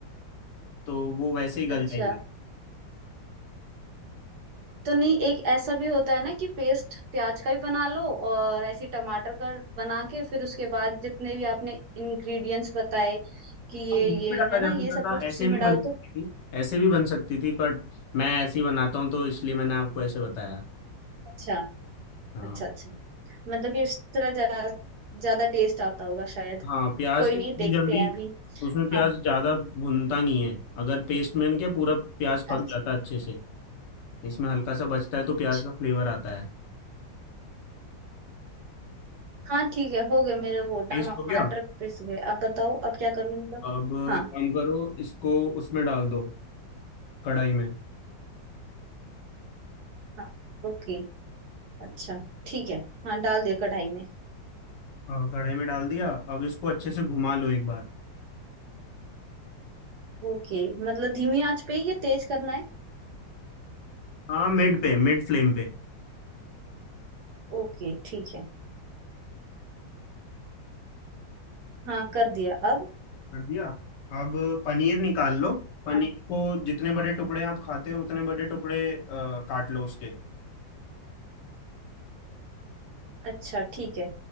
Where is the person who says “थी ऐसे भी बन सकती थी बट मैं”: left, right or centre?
Left